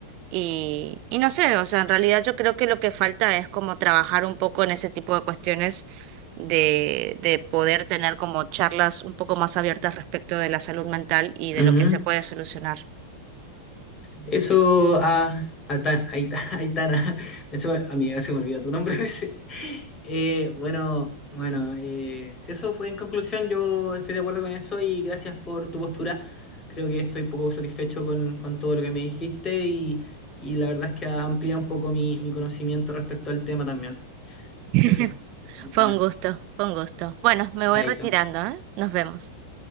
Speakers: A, on the right; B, on the left.
A: y, y no sé, o sea, en realidad yo creo que lo que falta es como trabajar un poco en ese tipo de cuestiones de, de poder tener como charlas un poco más abiertas respecto de la salud mental y de
B: ujú.
A: lo que se puede solucionar.
B: Eso, a Aitana, Aitana, <laughs> ese- amiga, se me olvida tu nombre a veces. Eh, bueno, bueno, eh, eso fue en conclusión. Yo estoy de acuerdo con eso y gracias por tu postura. Creo que estoy poco satisfecho con, con todo lo que me dijiste y, y la verdad es que amplía un poco mi, mi conocimiento respecto al tema también.
A: <laughs>
B: Eso, Aitana,
A: Fue un gusto, fue un gusto. Bueno, me voy
B: Aito.
A: retirando, ¿eh? Nos vemos.